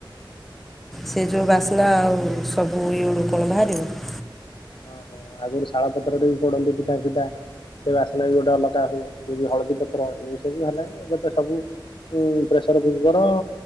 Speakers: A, in the centre; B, on the left.
A: ସେ ଯେଉଁ ବାସ୍ନା ଆଉ ସବୁ ଇଏଳୁ କଣ ବାହାରିବ
B: ଓଁହଁ ଆଗରୁ ଶାଳ ପତ୍ରରେ ବି ପଡନ୍ତି ପିଠା ପିଠା ସେ ବାସନା ବି ଗୋଟେ ଅଲଗା ହୁଏ। ଏ ହଳଦୀ ପତ୍ର ଏମ ସବୁ ହେଲାଣି ଏବେ ତ ସବୁ ଉ ପ୍ରେସର କୁକର